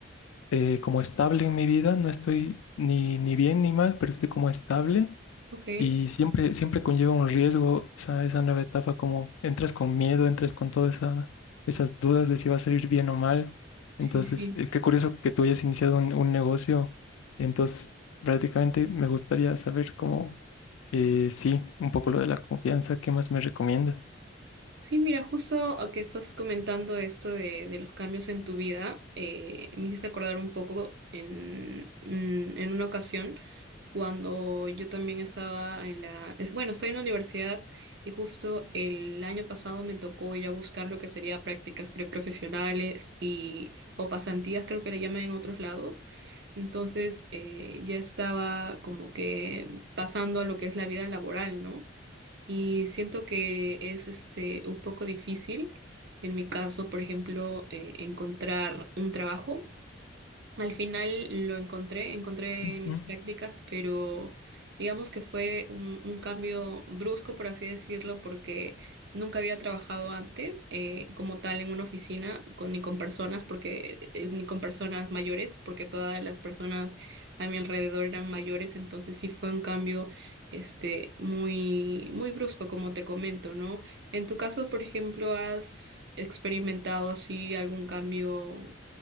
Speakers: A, on the left; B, on the right.
A: eh, como estable en mi vida, no estoy ni, ni bien ni mal, pero estoy como estable
B: Ok,
A: y siempre, siempre conlleva un riesgo esa, esa nueva etapa, como entras con miedo, entras con todas esa, esas dudas de si va a salir bien o mal. Entonces,
B: sí, sí.
A: eh, qué curioso que tú hayas iniciado un, un negocio. Entonces, prácticamente me gustaría saber cómo, eh, sí, un poco lo de la confianza, ¿qué más me recomiendas?
B: Sí, mira, justo a que estás comentando esto de, de los cambios en tu vida, eh, me hiciste acordar un poco en, mm, en una ocasión. cuando yo también estaba en la, es- bueno, estoy en la universidad y justo el año pasado me tocó ya buscar lo que sería prácticas preprofesionales y o pasantías, creo que le llaman en otros lados. Entonces, eh, ya estaba como que pasando a lo que es la vida laboral, ¿no? Y siento que es este un poco difícil. En mi caso, por ejemplo, eh, encontrar un trabajo al final lo encontré, encontré
A: Ujú.
B: mis prácticas, pero digamos que fue un, un cambio brusco, por así decirlo, porque nunca había trabajado antes eh, como tal en una oficina con, ni con personas, porque eh, ni con personas mayores, porque todas las personas a mi alrededor eran mayores, entonces sí fue un cambio este muy muy brusco, como te comento, ¿no? En tu caso, por ejemplo, ¿has experimentado así algún cambio?